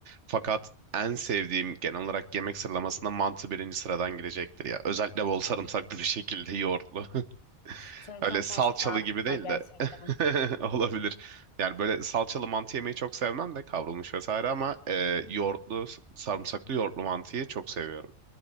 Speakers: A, on the right; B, on the left.
A: Fakat en sevdiğim genel olarak yemek sıralamasında mantı birinci sıradan girecektir ya. Özellikle bol sarımsaklı bir şekilde yoğurtlu. <laughs>
B: Sarımsağa
A: Öyle salçalı
B: karşı zaafım
A: gibi değil
B: var gerçekten.
A: de <laughs> olabilir. Yani böyle salçalı mantı yemeyi çok sevmem de kavrulmuş vesaire ama e, yoğurtlu, sarımsaklı yoğurtlu mantıyı çok seviyorum.